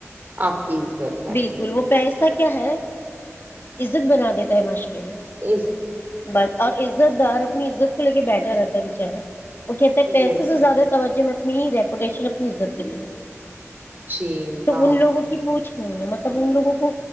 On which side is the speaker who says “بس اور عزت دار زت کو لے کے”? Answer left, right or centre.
Left